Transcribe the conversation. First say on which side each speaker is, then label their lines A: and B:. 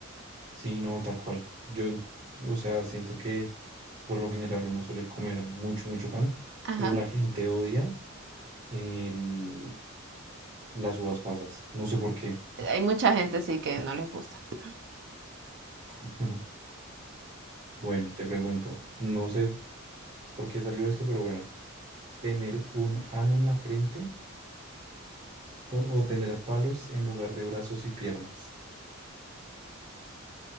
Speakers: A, on the right (about 30°); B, on the right (about 55°).
A: Sí, no, tal cual. Yo, en- o sea, siento que por lo general uno suele comer mucho, mucho pan,
B: Ajá.
A: pero la gente odia el, las uvas pasas. No sé por qué.
B: Hay mucha gente sí que no les gusta. <laughs>
A: <laughs> Bueno, te pregunto, no sé por qué salió esto, pero bueno, ¿tener un ano en la frente o, o tener palos en lugar de brazos y piernas?